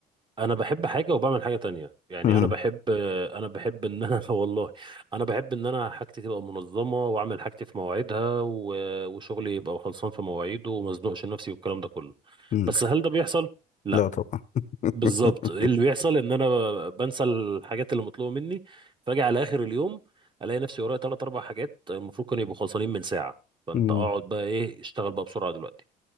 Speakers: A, on the right; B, on the left.
A: انا بحب حاجه وبعمل حاجه تانية يعني
B: مم.
A: انا بحب آه، انا بحب ان انا <laughs> والله انا بحب ان انا حاجتي تبقى منظمه واعمل حاجتي في مواعيدها و- وشغلي يبقى خلصان في مواعيده وما ازنقش نفسي والكلام ده كله
B: مم.
A: بس هل ده بيحصل لا
B: لا طبعا <laughs>
A: بالظبط اللي بيحصل ان انا ب- بنسى الحاجات اللي مطلوبه مني فاجي على اخر اليوم الاقي نفسي ورايا ثلاث اربع حاجات المفروض كانوا يبقوا خلصانين من ساعه فانت
B: مم.
A: اقعد بقى ايه اشتغل بقى بسرعه دلوقتي